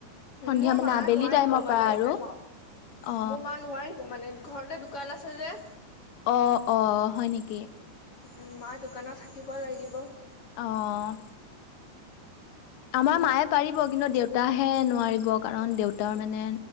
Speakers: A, on the left; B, on the left.
A: সন্ধিয়া
B: মোৰ
A: মানে
B: মা
A: আবেলি
B: নোৱাৰিব
A: টাইমৰ
B: মানে
A: পৰা আৰু
B: মোৰ
A: অ
B: মা নোৱাৰিব মানে ঘৰতে দোকান আছে যে।
A: অ', অ', হয় নেকি।
B: উম, মা দোকানত থাকিব লাগিব।
A: অ', আমাৰ মায়ে পাৰিব কিন্তু দেউতাহে নোৱাৰিব কাৰণ দেউতাৰ মানে